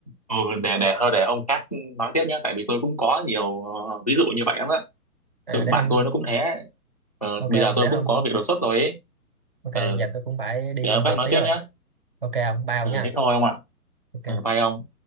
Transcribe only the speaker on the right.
à,
để
hôm
ok
không
để hôm
ok
giờ tôi cũng phải đi
công
việc
tí
rồi
ok không bao
nha
ok